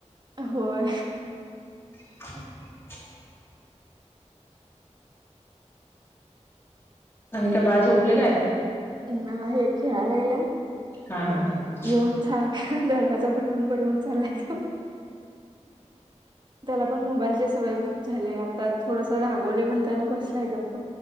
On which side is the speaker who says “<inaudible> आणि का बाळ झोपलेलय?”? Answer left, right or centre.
Left